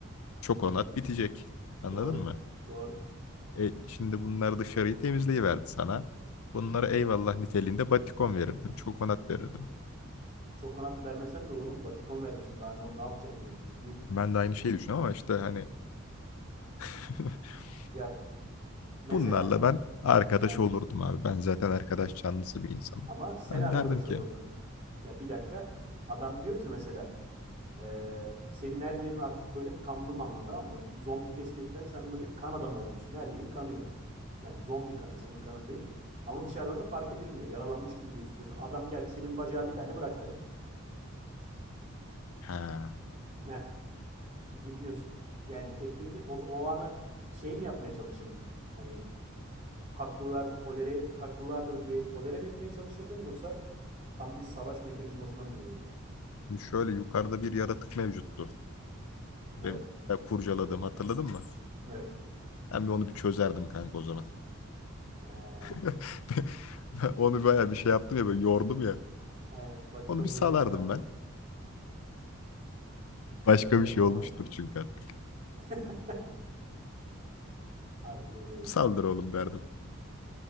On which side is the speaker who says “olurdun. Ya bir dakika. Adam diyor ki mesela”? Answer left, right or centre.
Right